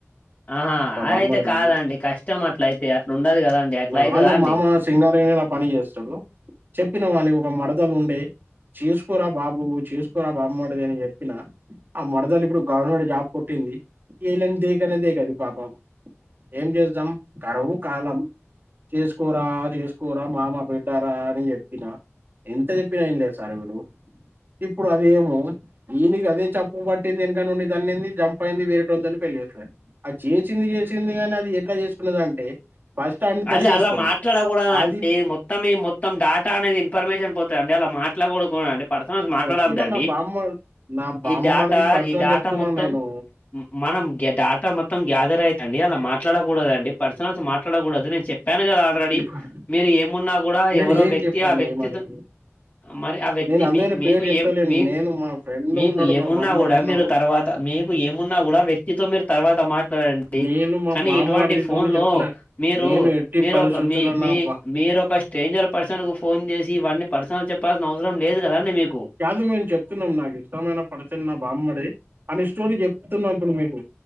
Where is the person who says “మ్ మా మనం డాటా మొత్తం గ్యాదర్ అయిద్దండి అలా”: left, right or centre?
Left